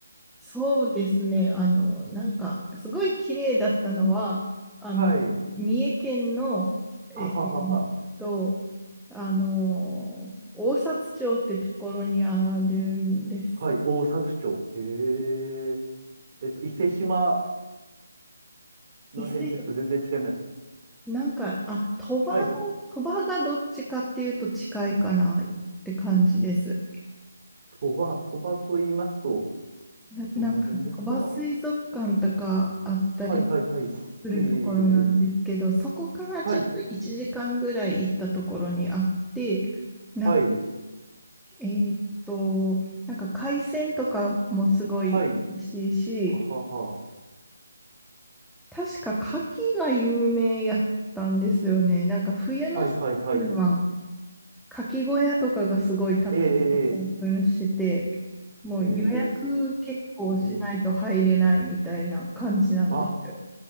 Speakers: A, in the centre; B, on the right (about 40°).
A: そうですね。あの、なんか、すごい綺麗だったのは、あの、
B: はい。
A: 三重県の、ええーっと、
B: はははは。
A: あの、大札町ってところにあるんです。
B: はい。大札町。へえ。えっと、伊勢島の辺ですか全然違います。
A: 伊勢、なんか、あ、鳥羽の、
B: はい。
A: 鳥羽がどっちかっていうと近いかなって感じです。
B: 鳥羽、鳥羽と言いますと、
A: な、
B: どの辺ですかは
A: なんか、鳥羽水族館とかあったり、
B: いはいはい。
A: するところなんですけど、
B: ええええええ
A: そこからちょっと1時間ぐらい行ったところにあって、
B: はい。
A: なんか、
B: はい。
A: えーっと、なんか海鮮とかもすごい美味しいし、
B: はい。ははは。
A: 確か牡蠣が有名やったんですよね。なんか冬のシーズンは
B: はいはいはい。
A: 牡蠣小屋とかがすごいたくさんオープンしてて、
B: えええ
A: もう予約結構しないと入れないみたいな感じなんですよ
B: えええええあ、